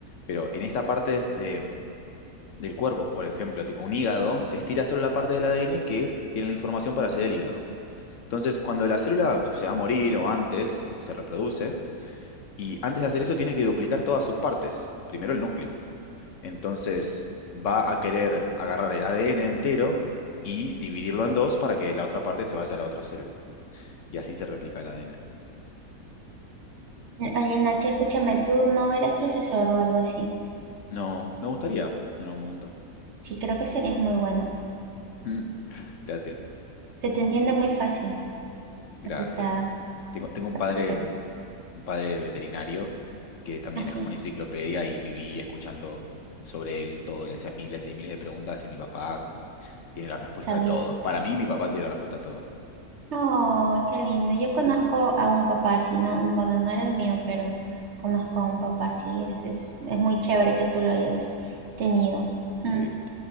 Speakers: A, on the left; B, on the right.
A: Pero en esta parte de- del cuerpo, por ejemplo, tipo un hígado, se estira solo la parte del ADN que tiene la información para hacer el hígado. Entonces, cuando la célula se va a morir o antes, se reproduce, y antes de hacer eso tiene que duplicar todas sus partes, primero el núcleo. Entonces, va a querer agarrar el ADN entero y dividirlo en dos para que la otra parte se vaya a la otra célula. Y así se replica el ADN.
B: Oye, Nachi, escúchame, tú no eres profesor o algo así.
A: No, me gustaría en algún momento.
B: Sí, creo que serías muy bueno.
A: Mm, <laughs> Gracias,
B: Se te entiende muy fácil.
A: gracias.
B: Eso está,
A: Tengo, tengo
B: está
A: un padre,
B: perfecto.
A: mm, un padre veterinario que también
B: Así,
A: es como una enciclopedia y viví escuchando sobre él todo, le hacía miles y miles de preguntas y mi papá Tiene la respuesta
B: sabía.
A: a todo. Para mí, mi papá tiene la respuesta a todo.
B: Oh, qué lindo. Yo conozco a un papá así, no, bueno, no era el mío, pero conozco a un papá así. Es, es, es muy chévere que tú lo hayas tenido. Mm.
A: Sí.